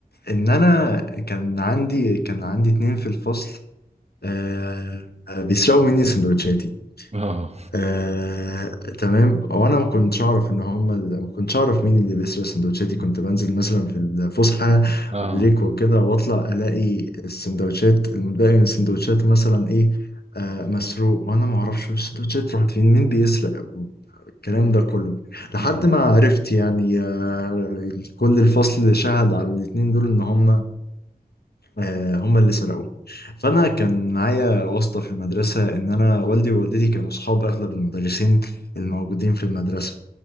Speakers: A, on the left; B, on the right.
A: ان انا كان عندي كان عندي اتنين في الفصل آه آه، بيسرقوا مني سندوتشاتي
B: اه
A: آه تمام وانا ما كنتش اعرف ان هم ما كنتش اعرف مين اللي بيسرق سندوتشاتي كنت بنزل مثلا في الفسحه
B: اه
A: بريك وكده واطلع الاقي السندوتشات المتبقي من السندوتشات مثلا ايه آه مسروق وانا ما اعرفش السندوتشات راحت فين مين بيسرق الكلام ده كله لحد
B: امم
A: ما عرفت يعني آه كل الفصل شهد على الاتنين دول ان هم آه، هم اللي سرقوه فانا كان معايا واسطه في المدرسه ان انا والدي ووالدتي كانوا اصحاب اغلب المدرسين الموجودين في المدرسه